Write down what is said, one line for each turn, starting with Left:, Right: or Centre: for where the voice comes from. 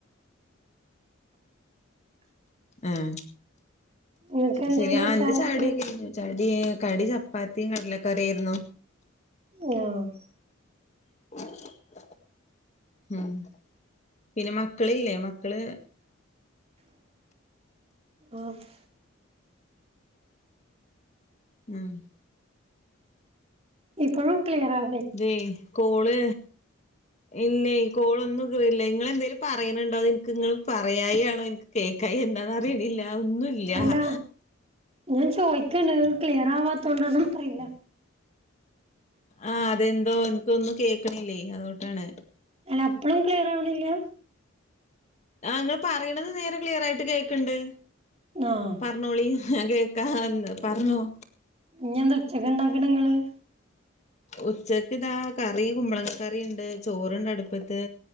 Left: ആഹ്
Right: നിങ്ങക്ക് എന്തേരുന്നു
Left: ശരി ആഹ് എന്റെ
Right: ചായക്ക്
Left: ചായകുടികഴിന്നു- ചടി കടി ചപ്പാത്തിയും കടലക്കറിയിരുന്നു-
Right: ഉവ്വാ -
Left: <inaudible> മ് പിന്നെ മക്കളില്ലേ മക്കള്-
Right: ഓഹ് -
Left: ഉം-
Right: ഇപ്പൊഴും ക്ലിയറാ-
Left: ഏയ് കോള് ഇല്ലേ കോളൊന്നും- നിങ്ങള് എന്തെങ്കലും പറയണുണ്ടോ എനിക്ക്ങ്ങൾ പറയായി ആണോ എനിക്ക് കേക്കായി എന്താന്ന് അറിയണില്ല- അതൊന്നുമില്ല്യാ-
Right: അല്ല ഞാൻ ചോദിക്കണ് ക്ലിയർ ആവാത്തോണ്ടാന്നോ അറയില്ല-
Left: ആഹ് അതെന്തോ എനക്ക്ഒന്നും കേൾക്കണില്ലേ അതൂട്ടാണ്-
Right: അല്ല അപ്പളും ക്ലിയറാവണില്ല്യ-
Left: ആഹ് ഇങ്ങള് പറയണെത് നേരെ ക്ലിയർ ആയിട്ട് കേക്ക്ണ്ട് -
Right: ആഹ്
Left: പറഞ്ഞോളി ഹാഞാൻ കേൾക്കാറ്ണ്ട് പറഞ്ഞോ-
Right: ഇനിയെന്ത് ഉച്ചക്ക് ഉണ്ടാക്കണേങ്ങള്-
Left: ഉച്ചക്ക് ഇതാ കറി കുമ്പളങ്ങകറിണ്ട് ചോറ്ണ്ട് അട്പ്പത്ത്-